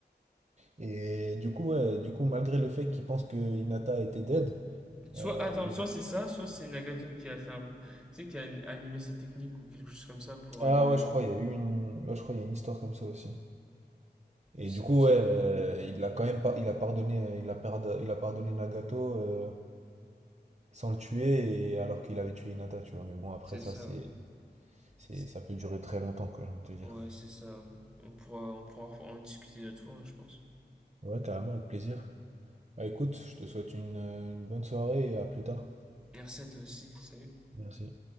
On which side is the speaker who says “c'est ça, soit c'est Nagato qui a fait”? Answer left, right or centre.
Centre